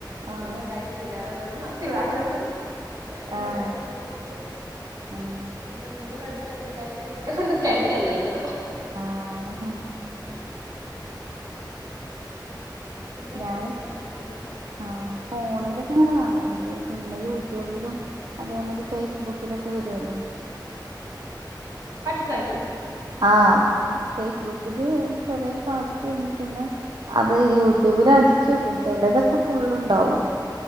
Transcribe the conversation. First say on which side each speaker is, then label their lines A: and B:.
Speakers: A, on the right; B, on the right.
A: ആഹ്
B: ഞങ്ങ കഴിക്കില്ല അതുകൊണ്ട മത്തി വാങ്ങാത്തത് അതെങ്ങനെ
A: ആഹ്
B: വേറെന്തെങ്കിലും മീന്
A: ആഹ്
B: എന്റെ മുള്ളടുത്ത് എടുത്ത് കഴിക്കുന്നതിനെ കൊണ്ട് കഴിക്കാതിരിക്കണം
A: ആഹ ഹ
B: പിള്ളേർക്ക്
A: ഞൻ
B: കൊടുക്കാൻ പറ്റൂല
A: ആ ഫോണിലൊക്കെ അങ്ങനെ കാണല അതെ പിന്നെ യൂട്യൂബിലും അതേമാതിരി ഫേസ്ബുക്കിലൊക്കെ വരുവല്ലോ
B: സായിട്ട്
A: ആ ഫേസ്ബുക്ക് ഇത് ചെറിയ പിന്നെ അത് യൂട്യൂബില് അടിച്ചു നോക്കും ചിലതൊക്കെ ഫുള്ണ്ടാവും